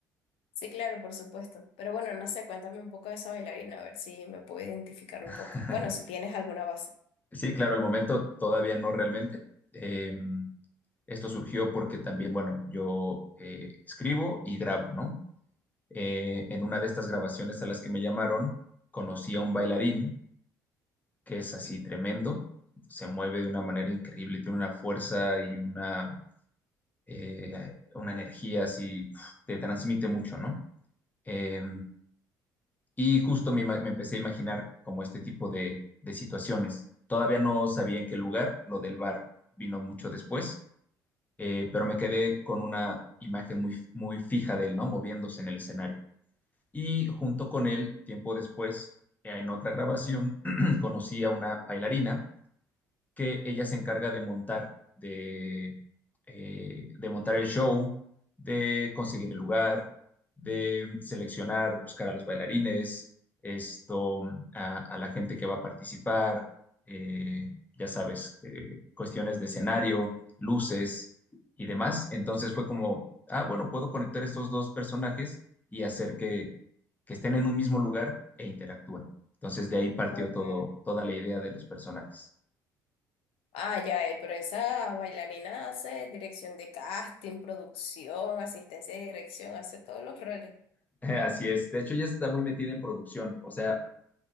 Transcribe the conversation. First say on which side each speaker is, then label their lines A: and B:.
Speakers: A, on the left (about 65°); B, on the left (about 15°).
A: Sí, claro, por supuesto. Pero bueno, no sé, cuéntame un poco de esa bailarina, a ver si me puedo identificar un
B: <laughs>
A: poco. Bueno, si tienes alguna base.
B: Sí, claro, al momento todavía no realmente. Eh, esto surgió porque también, bueno, yo eh, escribo y grabo, ¿no? Eh, en una de estas grabaciones a las que me llamaron, conocí a un bailarín que es así tremendo, se mueve de una manera increíble, tiene una fuerza y una, eh, una energía así, uf, te transmite mucho, ¿no? Eh, Y justo me, ima- me empecé a imaginar como este tipo de, de situaciones. Todavía no sabía en qué lugar, lo del bar vino mucho después, eh, pero me quedé con una imagen muy, muy fija de él, ¿no? Moviéndose en el escenario. Y junto con él, tiempo después, eh, en otra grabación, <clears throat> conocí a una bailarina que ella se encarga de montar, de, eh, de montar el show, de conseguir el lugar, de seleccionar, buscar a los bailarines, esto, a, a la gente que va a participar, eh, ya sabes, eh, cuestiones de escenario, luces y demás. Entonces fue como, ah, bueno, puedo conectar estos dos personajes y hacer que, que estén en un mismo lugar e interactúen. Entonces de ahí partió
A: Okay.
B: todo, toda la idea de los personajes.
A: Ah, ya, eh, pero esa bailarina hace dirección de casting, producción, asistencia de dirección, hace todos los roles.
B: <laughs> Así es. De hecho, ella está muy metida en producción. O sea,